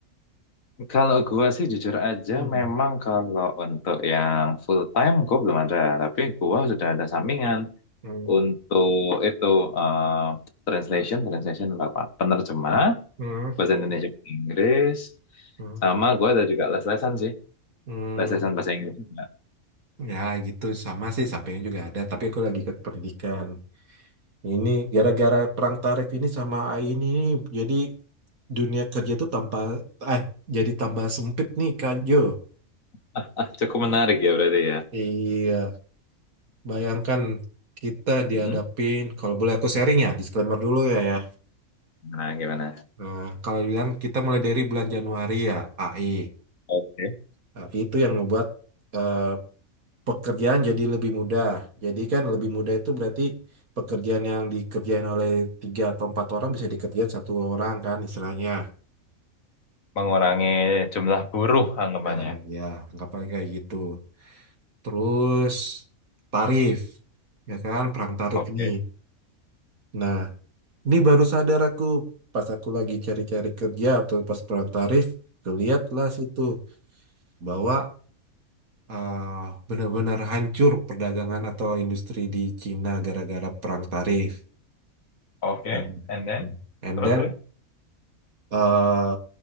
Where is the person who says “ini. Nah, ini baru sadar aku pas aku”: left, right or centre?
Right